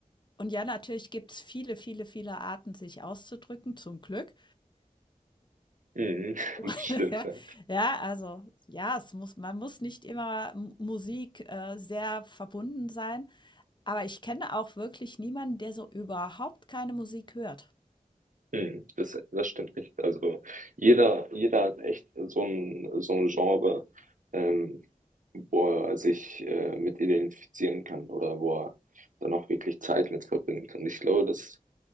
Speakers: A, on the left (about 35°); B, on the right (about 70°).
A: Und ja, natürlich gibt es viele, viele, viele Arten, sich auszudrücken, zum Glück.
B: Mhm.
A: <laughs>
B: <laughs> Stimmt,
A: Ja,
B: ja.
A: ja, also ja, es muss, man muss nicht immer M- Musik äh, sehr verbunden sein. Aber ich kenne auch wirklich niemanden, der so überhaupt keine Musik hört.
B: Hm, das, das stimmt nicht. Also jeder, jeder hat echt so ein, so ein Genre, ähm, wo er sich äh, mit identifizieren kann oder wo er dann auch wirklich Zeit mit verbringt. Und ich glaube, dass,